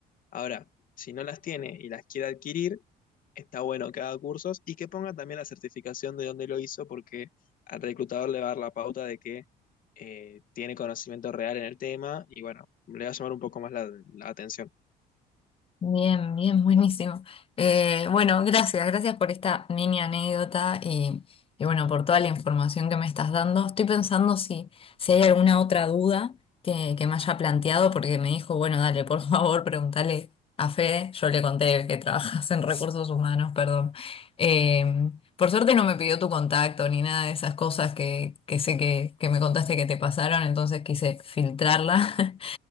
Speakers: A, on the left; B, on the left.
A: Ahora, si no las tiene y las quiere adquirir, Está bueno que haga cursos y que ponga también la certificación de dónde lo hizo, porque al reclutador le va a dar la pauta de que eh, tiene conocimiento real en el tema y bueno, le va a llamar un poco más la, la atención.
B: Bien, bien, buenísimo. Eh, bueno, gracias, gracias por esta mini anécdota y, y bueno, por toda la información que me estás dando. Estoy pensando si, si hay alguna otra duda que, que me haya planteado, porque me dijo, bueno, dale, por <laughs> favor, pregúntale a Fede. Yo le conté que trabajas en recursos humanos, perdón. Eh, por suerte no me pidió tu contacto ni nada de esas cosas que, que sé que, que me contaste que te pasaron, entonces quise filtrarla. <laughs>